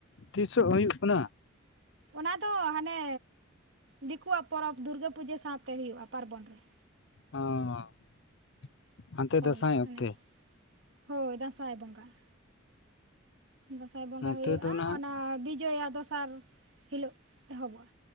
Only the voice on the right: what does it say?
ᱚᱱᱟ ᱫᱚ ᱦᱟᱱᱮ ᱫᱤᱠᱩᱣᱟᱜ ᱯᱚᱨᱚᱵ ᱫᱩᱨᱜᱟᱹ ᱯᱩᱡᱟᱹ ᱥᱟᱶᱛᱮ ᱦᱩᱭᱩᱜᱼᱟ ᱯᱟᱨᱵᱚᱱ ᱨᱮ ᱾
ᱦᱳᱭ
ᱢᱟᱱᱮ
ᱦᱳᱭ ᱫᱟᱸᱥᱟᱭ ᱵᱚᱸᱜᱟ ᱾ ᱫᱟᱸᱥᱟᱭ ᱵᱚᱸᱜᱟ
ᱦᱩᱭᱩᱜᱼᱟ
ᱚᱱᱟ ᱵᱤᱡᱚᱭᱟ ᱫᱚᱥᱟᱨ ᱦᱤᱞᱳᱜ ᱮᱦᱚᱵᱚᱜᱼᱟ᱾